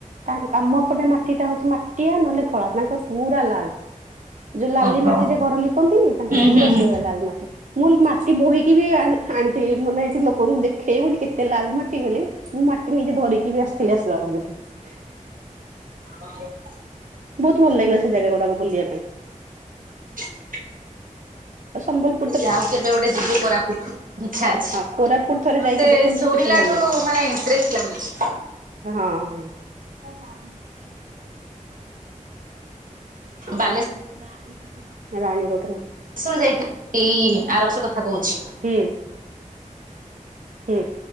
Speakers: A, on the right; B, on the right.
A: ତାଙ୍କ୍ ଆମ ପଟେ ମାଟି ଟା ହଉଚି ମାଟିଆ ନହେଲେ କଳା ତାଙ୍କର ପୁରା ଲାଲ୍। ଯୋଉ ଲାଲି
B: ଓହୋ
A: ମାଟିରେ ଘର ଲିପନ୍ତିନି ତାଙ୍କ
B: ହୁଁ
A: ପୁରା
B: ହୁଁ
A: ସେିଏ
B: ହୁଁ
A: ହୁଏ ଲାଲ ମାଟି। ମୁଁ ମାଟି ବୋହିକି ବି ଆଣି ଆଣିଥିଲି। ମାନେ ଏଠି ଲୋକଙ୍କୁ ଦେଖେଇବି ବୋଲି କେତେ ଲାଲ ମାଟି ବୋଲି। ମୁଁ ମାଟି ନେଇକି ଧରିକି ବି ଆସିଥିଲି ଆସିଲା ବେଳକୁ ସେଠୁ।
B: ଆ୍ଛା
A: ବୋହୁତ୍ ଭଲ ଲାଗିଲା ସେ ଜାଗା ଗୁଡାକ ବୁଲିବା ପାଇଁ।
B: ହ
A: ସମ୍ବଲ୍
B: ଲାଷ୍ଟ କେବେ ଗୋଟେ ଯିବୁ କୋରାପୁଟ୍ ଇଚ୍ଛା ଅଛି
A: ହଁ କୋରାପୁଟ
B: ତ
A: ଥରେ ଯାଇକି
B: ସେ
A: ଦେଖନ୍ତୁ
B: ଶୁଣିଲାଠୁ
A: କେତେ ଭଲ ଲାଗେ
B: ମାନେ ଇଣ୍ଟ୍ରେଷ୍ଟ <unintelligible>
A: ହଁ।
B: ବାଲେଶ୍
A: ରାଣୀ ପାଖକୁ।
B: ର ଯାଇଥିଲି ଏଇ ଆରବସ କଥା କହୁଛି।
A: ହୁଁ ହୁଁ।